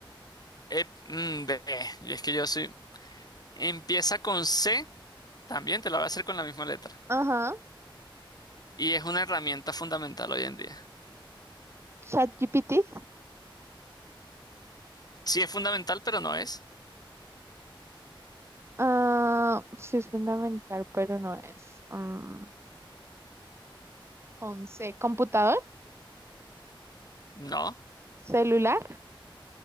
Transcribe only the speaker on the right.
Ajá.
ChatGPT.
Ah, sí es fundamental, pero no es. Mm, 11. ¿Computador?
¿Celular?